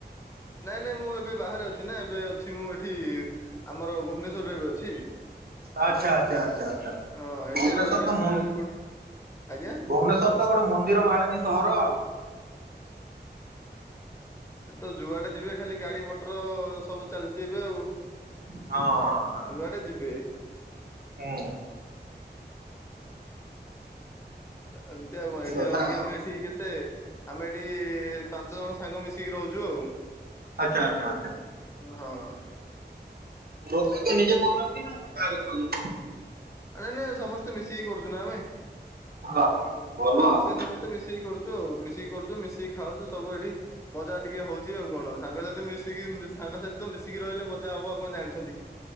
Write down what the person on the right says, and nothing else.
ଆଚ୍ଛା ଆଚ୍ଛା ଆଚ୍ଛା ଆଚ୍ଛା ଭୁବନେଶ୍ୱର
ତ ମୁନ୍
ଭୁବନେଶ୍ଵର ତ ଗୋଟେ ମନ୍ଦିର ମାଳେନୀ ସହର ଆଉ।
ହଁ ହଁ ହଁ।
ହୁଁ
କଥା
ଆଉ
ଆଚ୍ଛା ଆଚ୍ଛା ଆଚ୍ଛା।
ରୋଷଇ <unintelligible> ନିଜେ କରୁଛନ୍ତି ନା ବାହାରୁ ଖାଉଛନ୍ତି?
<unintelligible>
ହଁ